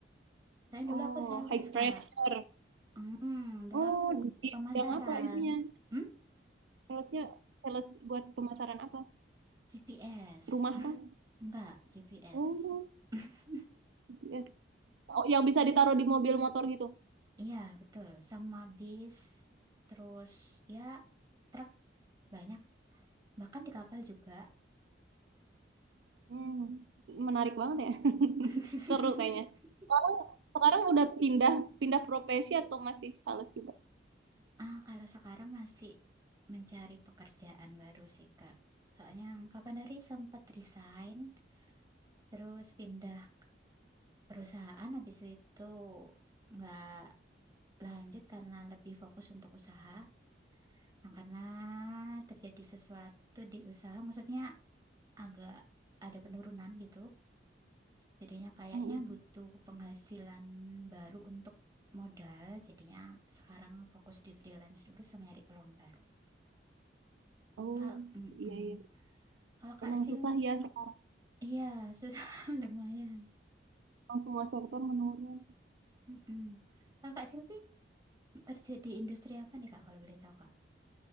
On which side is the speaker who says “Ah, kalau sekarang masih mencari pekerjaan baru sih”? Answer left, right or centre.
Right